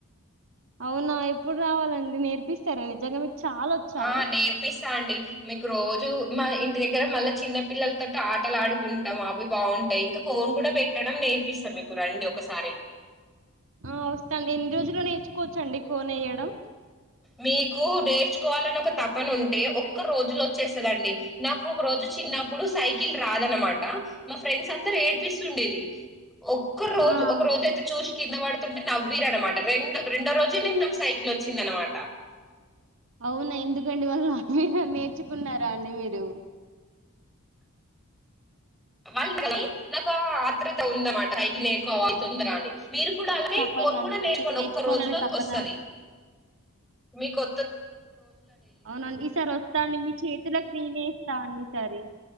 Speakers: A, on the right; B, in the centre.
A: అవునా ఎప్పుడు రావాలండి నేర్పిస్తార నిజంగా చాల వచ్చా
B: ఆ నేర్పిస్తా అండి మీకు రోజు మా ఇంటి దగ్గర మళ్ళా చిన్న పిల్లలతోటి ఆటలు ఆడుకుంటాం అవి బాగుంటాయి ఇంకా కోన్ కూడా పెట్టడం నేర్పిస్తాం మీకు రండి ఒకసారి
A: ఆ వస్తాండి ఎన్ని రోజులు నేర్చుకోవచ్చండి కోన్ వేయడం
B: మీకు నేర్చుకోవాలని ఒక తపన ఉంటే ఒక్క రోజులో వచ్చేస్తుదండి నాకు ఒక రోజు చిన్నప్పుడు సైకిల్ రాదనమాట మా ఫ్రెండ్స్ అందరు ఏడ్పిస్తుండేది ఒక్క రోజు
A: ఆ అవును.
B: ఒక రోజు అయితే చూసి కింద పడుతుంటే నవ్వీర అనమాట రెం రెండో రోజు నేను నాకు సైకిల్ వచ్చింది అనమాట
A: అవునా ఎందుకండివల్ మీరు నేర్చుకున్నారా అండి మీరు
B: వాళ్ళు కానీ నాకు ఆర్ద్రత ఉందన్నమాట సైకిల్ నేర్చుకోవాలి తొందర అని మీరు కూడా అలానే
A: తపన
B: కోన్ కూడా
A: నే-
B: నేర్చుకోండి
A: తి- నేర్చుకోవాలనే
B: ఒక్క రోజులో
A: తపన
B: వస్తుంది మీ కొ
A: అవునండి ఈసారి వస్తాండి మీ చేతులకు నేనే ఏస్తాఅండి ఈసారి